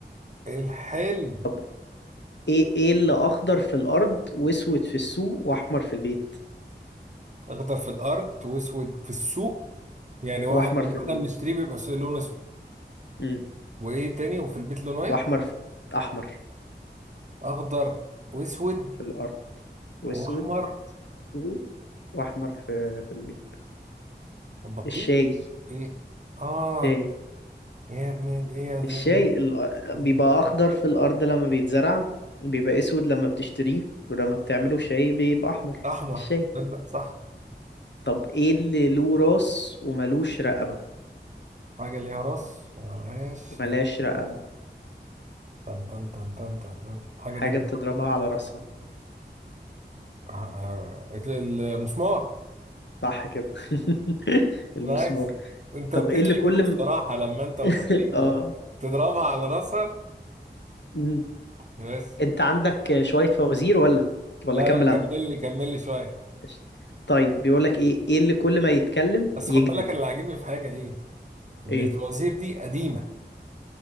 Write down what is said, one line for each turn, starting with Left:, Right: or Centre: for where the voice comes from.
Right: الحلم
Left: طب ايه ايه اللي اخضر في الارض واسود في السوق واحمر في البيت
Right: اخضر في الارض واسود في السوق يعني واحد
Left: واحمر
Right: يعني
Left: في البيت
Right: احنا بنشتريه بيبقى لونه اسود
Left: امم
Right: وايه تاني وفي البيت لونه ايه
Left: واحمر في... احمر
Right: اخضر واسود
Left: في الارض واسود
Right: واحمر
Left: و- واحمر في في البيض
Right: البطيخ
Left: الشاي
Right: ايه اه
Left: الشاي
Right: يا ابن ال- ايه يا زيزي
Left: الشاي ال-
Right: قصدي
Left: بيبقى اخضر في الارض لما بيتزرع بيبقى اسود لما بتشتريه ولما بتعمله شاي بيبقى احمر
Right: احمر
Left: الشاي
Right: تصدق صح
Left: طب ايه اللي له راس وملوش رقبة
Right: حاجه ليها راس وملهاش
Left: وملهاش
Right: لا
Left: رقبة
Right: تن تن تن تن تن تن. حاجه
Left: حاجة
Right: ليها
Left: بتضربها
Right: راس
Left: على راسها
Right: آه، آه، ال- المسمار
Left: صح كده <laughs> المسمار
Right: نايس انت
Left: طب
Right: اديت
Left: ايه اللي
Right: لي
Left: كل
Right: كلو
Left: م...
Right: صراحه لما انت
Left: <laughs>
Right: قلت لي
Left: اه
Right: تضربها على راسها
Left: مم.
Right: بس
Left: انت عندك شوية فوازير ولا ولا
Right: لا
Left: كمل
Right: لا كمل
Left: انا
Right: لي كمل لي شويه
Left: قشطة. طيب بيقولك ايه ايه اللي كل ما يتكلم
Right: بس
Left: يكذب
Right: خد بالك اللي عاجبني في حاجه ايه ان
Left: ايه
Right: الفوازير دي قديمه